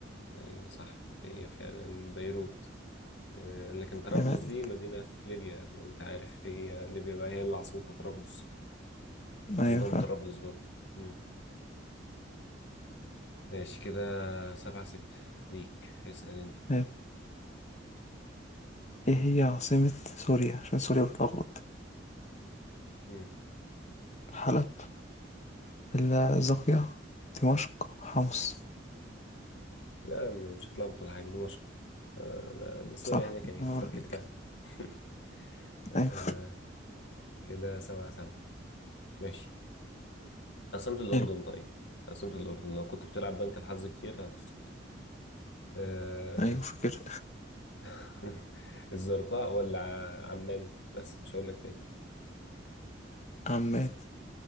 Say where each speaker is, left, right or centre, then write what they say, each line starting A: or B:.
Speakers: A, on the left; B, on the left.
A: أيوة صح هي فعلا بيروت آه، لكن طرابلس
B: يبقى عليك
A: دي مدينة في ليبيا لو أنت عارف هي ليبيا بقى هي اللي عاصمتها طرابلس
B: أيوة
A: عندهم
B: فاهم
A: طرابلس برضو مم. ماشي كده سبعة ستة ليك اسأل أنت
B: أيوة. إيه هي عاصمة سوريا عشان سوريا بتلخبط
A: مم.
B: حلب الزاقية دمشق حمص
A: لا م- مش هتلخبط ولا حاجة دمشق آه، ده ده سوريا
B: صح
A: هناك اهي
B: يبقى
A: فركة
B: عليك
A: كعب <laughs> آه،
B: أيوة
A: كده سبعة سبعة ماشي عاصمة الأردن
B: حلو
A: طيب عاصمة الأردن لو كنت بتلعب بنك الحظ كتير هتفتكرها آه...
B: أيوة فكر
A: <laughs> الزرقاء ولا ع- عمان بس مش هقول لك تاني
B: عمان